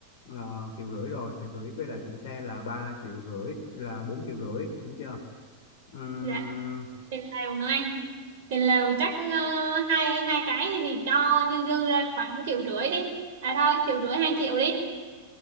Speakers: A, on the left; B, on the right.
A: uh, triệu rưỡi rồi triệu rưỡi với lại tiền xe là ba triệu rưỡi là bốn triệu rưỡi đúng chưa Ừm,
B: dạ tiền lều nữa anh tiền lều chắc ờ, hai hai cái thì cho dư dư ra khoảng triệu rưỡi đi à thôi triệu rưỡi hai triệu đi